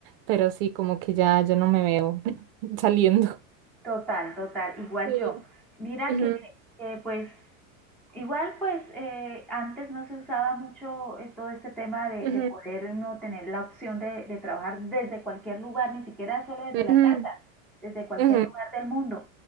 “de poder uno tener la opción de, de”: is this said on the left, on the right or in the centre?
Centre